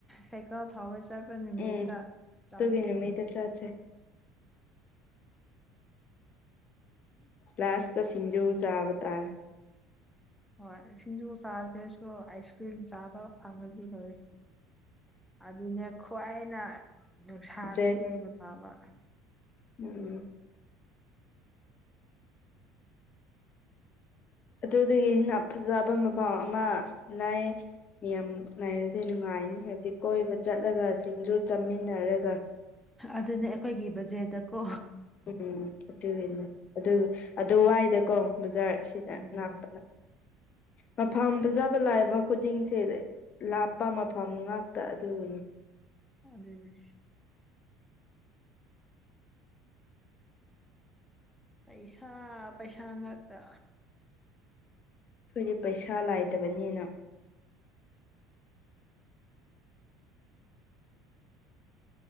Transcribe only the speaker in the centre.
ꯁꯥꯏꯀꯜ ꯐꯥꯎꯕ ꯆꯠꯄ ꯅꯨꯃꯤꯠꯇ
ꯆꯥꯡꯁꯦ
ꯍꯣꯏ ꯁꯤꯡꯖꯨ ꯆꯥꯗ꯭ꯔꯁꯨ ꯑꯥꯏꯁꯀ꯭ꯔꯤꯝ ꯆꯥꯕ ꯐꯪꯉꯗꯤ ꯂꯣꯏꯔꯦ ꯑꯗꯨꯅꯦ ꯈ꯭ꯋꯥꯏꯅ ꯅꯨꯡꯁꯥꯗꯨꯗꯤ
ꯑꯩꯅ ꯄꯥꯕ
ꯑꯗꯨꯅꯦ ꯑꯩꯈꯣꯏꯒꯤ ꯕꯖꯦꯠꯇ ꯀꯣ
ꯎꯝ
ꯑꯗꯦ <inaudible> ꯄꯩꯁꯥ ꯄꯩꯁꯥ ꯉꯥꯛꯇ